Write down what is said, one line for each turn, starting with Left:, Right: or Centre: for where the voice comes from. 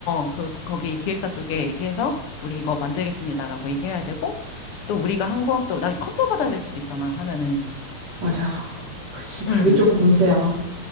Left: 어, 그 거기 기획사 쪽에 얘기해서 우리 이거 만들겠습니다라고 얘기해야 되고 또 우리가 한 것도 난 컨펌 받아야 될 수도 있잖아 하면은
Right: 맞아. 그치. 그게
Left: 음.
Right: 조금 문제야.